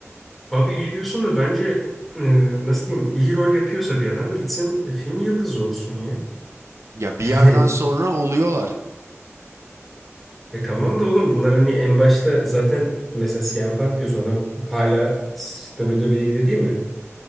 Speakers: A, in the centre; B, on the right (about 70°).
A: Abi iyi diyorsun da bence e, nasıl diyeyim iyi rol yapıyorsa bir adam gitsin e, film yıldızı olsun ya.
B: Ya
A: <laughs>
B: bir yerden
A: Yani,
B: sonra oluyorlar.
A: e tamam da oğlum bunlar hani en başta zaten mesela CM Punk diyorsun adam hala WWE'de değil mi?